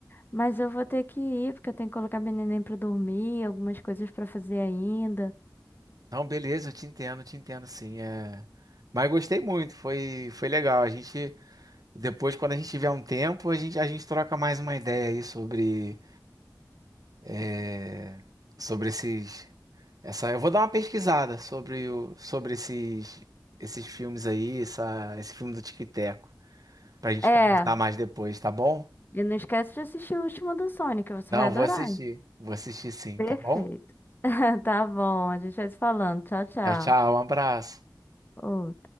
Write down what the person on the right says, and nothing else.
Não, beleza, eu te entendo, eu te entendo, sim. É... Mas gostei muito, foi, foi legal. A gente, depois, quando a gente tiver um tempo, a gente, a gente troca mais uma ideia aí sobre. é, sobre esses. Essa, eu vou dar uma pesquisada sobre, o, sobre esses, esses filmes aí, essa, esse filme do Tico e Teco, pra gente
conversar mais depois, tá bom?
Não,
vou assistir. Vou assistir sim,
tá bom?
Tchau, tchau, um abraço.